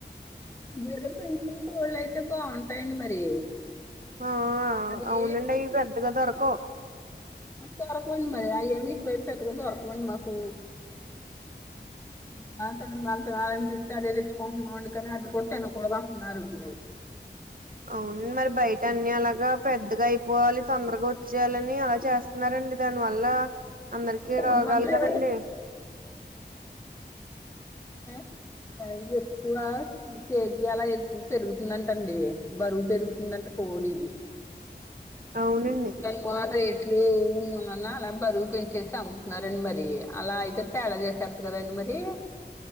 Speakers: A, on the left; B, on the right.
A: మీ దగ్గర పెంచిన కోళ్ళ అయితే బాగుంటాయండి మరి
B: ఆ
A: అదే
B: అవునండి అవి పెద్దగా దొరకవు
A: అంత <unintelligible> మరి ఆ ఏమి ఇట్ వైపు దొరకవండి మాకు <unintelligible> పోటెన <unintelligible>
B: అవునండి మరి బయట అన్ని అలాగ పెద్దగా అయిపోవాలి తొందరగా వచ్చేయాలని అలా చేస్తున్నారండి దాని వల్ల అందరికి
A: సూది
B: రోగాలు
A: మందులు
B: కదండి
A: <unintelligible> ఎక్కువ కేజీ అల ఎక్కువ పెరుగుతుందంటండి బరువు పెరుగుతుందంట <unintelligible>
B: అవునండి
A: <unintelligible> అల బరువు పెంచేసి అమ్ముతున్నారండి మరి అలా అయితే తేడా <unintelligible> కదండి మరి